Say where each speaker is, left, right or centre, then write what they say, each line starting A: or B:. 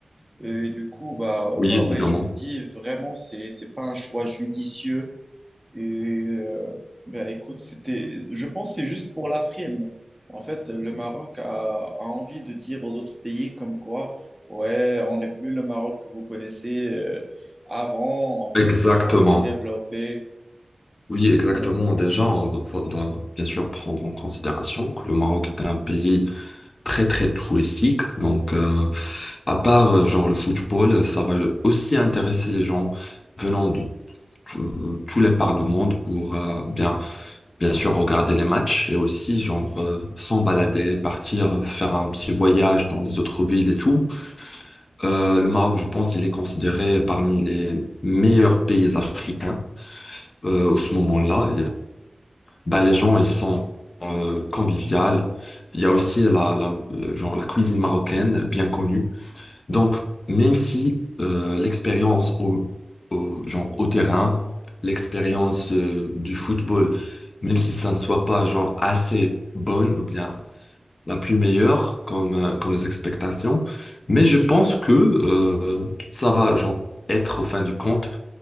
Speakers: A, in the centre; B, on the left (about 50°).
A: Et du coup, bah,
B: Oui,
A: bah
B: évidemment.
A: ouais, je me dis vraiment, c'est, c'est pas un choix judicieux et euh, ben, écoute, c'était, je pense que c'est juste pour la frime. En fait, le Maroc a, a envie de dire aux autres pays comme quoi, ouais, on n'est plus le Maroc que vous connaissez euh, avant. En fait,
B: Exactement.
A: on s'est développé.
B: Oui, exactement.
A: Ouais.
B: Déjà, on doit, doit bien sûr prendre en considération que le Maroc est un pays très très touristique. Donc, euh, à part euh, genre le football, ça va aussi intéresser les gens venant de tout- tous les parts du monde pour euh, bien bien sûr regarder les matchs et aussi genre euh, s'en balader, partir, faire un petit voyage dans les autres villes et tout. Euh, le Maroc, je pense, il est considéré parmi les meilleurs pays africains. euh, au ce moment-là, bah, les gens, ils sont euh, conviviales. Il y a aussi la, la- le- genre, la cuisine marocaine, bien connue. Donc, même si euh, l'expérience au, au- genre, au terrain, l'expérience euh, du football, même si ça ne soit pas genre, assez bonne ou bien la plus meilleure comme, euh, comme les expectations, mais je pense que euh, ça va genre, être, au fin du compte,